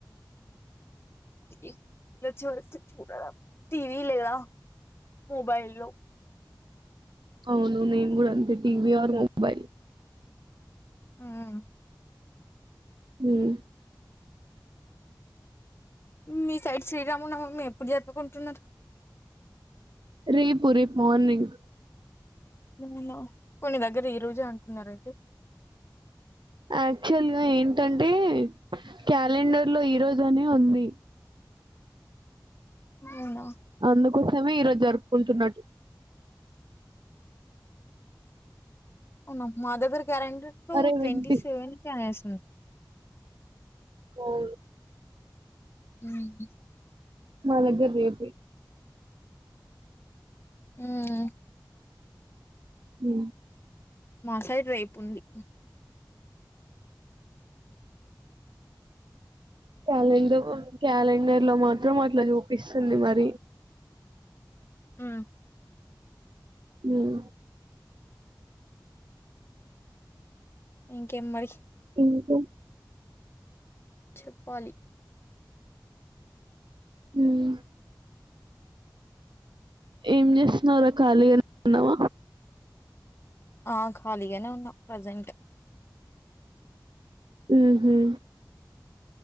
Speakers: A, on the left; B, on the right.
A: టీవీలో వచ్చే వరకు చూడరా టీవీ లేదా మొబైల్ లో
B: అవును నేను కూడా అంతే టీవి ఆర్ మొబైల్
A: ఉమ్
B: హ్మ్
A: మీ సైడ్ శ్రీరామునవమి ఎప్పుడు జరుపుకుంటున్నరు
B: రేపు రేపు మార్నింగ్
A: అవునా కొన్ని దగ్గర ఈ రోజే అంటున్నారయితే
B: యాక్చువల్ గా ఏంటంటే క్యాలెండర్ లో ఈ రోజనే ఉంది
A: అవునా
B: అందుకోసమే ఈరోజు జరుపుకుంటున్నట్టు
A: అవునా మా దగ్గరా కాలెండర్ లో
B: అరే
A: ట్వంటీ
B: వినిపి
A: సెవెన్ కె అనేసి ఉంది.
B: అవును
A: హుహ్
B: మా దగ్గర రేపే
A: హ్మ్
B: హ్మ్
A: మా సైడ్ రేపు ఉంది
B: క్యాలెండర్ క్యాలెండర్ లో మాత్రం అట్ల చూపిస్తుంది మరి
A: హ్మ్
B: హ్మ్
A: ఇంకేం మరి
B: ఇంక
A: చెప్పాలి
B: హ్మ్ ఏం చేస్తున్నావ్ రా ఖాళీగనే ఉన్నవ
A: ఆ ఖాళీగనే ఉన్నా ప్రజెంట్
B: ఉహ్మ